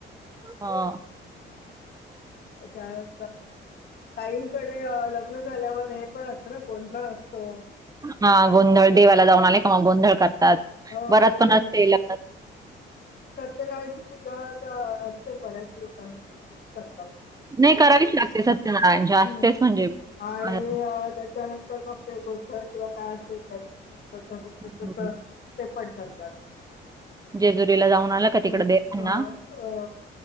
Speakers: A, on the right; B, on the left.
A: हा
B: अचान तईंकडे लग्न झाल्यावर हे पण अस ज गोंधळ असतो
A: हा गोंंदळ देवाला जाऊन
B: अ,
A: आले कि गोंधळ
B: अ,
A: करतात
B: हो
A: बरात
B: हो
A: पण असे ल
B: सत्यनारायण ची पूजा आता असते बऱ्याच लोकांमध्ये लगे
A: नाही करावीच लागते सत्यनारायणची असतेच
B: ण
A: म्हणजे
B: आणि
A: हं,
B: त्या त्यानंतर मग ते गोंधळ किंवा काय असल जची जी पद्धत अस तस
A: हं.
B: ते पड करतात
A: जेजुरीला जाऊन आलं का
B: हम्म
A: तिकड देवना
B: अ अ